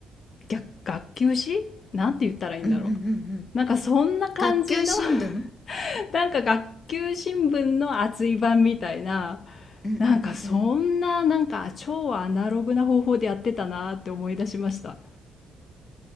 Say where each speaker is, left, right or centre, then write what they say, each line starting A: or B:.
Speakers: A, on the left; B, on the left.
A: 学学級誌なんて言ったらいいんだろ
B: うんうんうん
A: うなんかそんな感じの
B: 学級新聞うん
A: <laughs> なんか学級新聞の厚い版みたいな
B: うんうんうん
A: なんかそんななんか超アナログな方法でやってたなって思い出しました